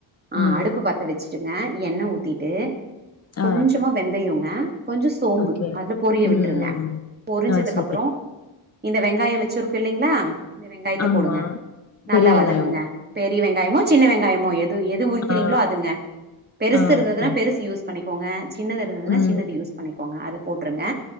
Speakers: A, on the right (about 20°); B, on the left (about 35°).
A: ஆ
B: ம்.
A: அடுப்பு பத்த வச்சுட்டுங்க எண்ணெய ஊத்திட்டு கொஞ்சமா
B: ஆ
A: வெந்தயோங்க கொஞ்சோ சோம்பு
B: ஓகே.
A: அத பொரிய விட்டுருங்க
B: ம், ம்.
A: பொரிஞ்சதுக்கு
B: ஆ சரி.
A: அப்றோ இந்த வெங்காயோ வச்சுருக்கு இல்லிங்களா இந்த வெங்காயத்த
B: ஆமா.
A: போடுங்க நல்லா
B: பெரிய வெங்காயம்.
A: வதக்குங்க பெரிய வெங்காயமோ சின்ன வெங்காயமோ எது எது உரிக்கிறீங்களோ
B: ஆ,
A: அதுங்க பெருசு
B: ஆ
A: இருந்துனா
B: ஓகே.
A: பெருசு யூஸ் பண்ணிக்கோங்க சின்னது இருந்ததுனா
B: ம்.
A: சின்னது யூஸ் பண்ணிக்கோங்க அது போட்ருங்க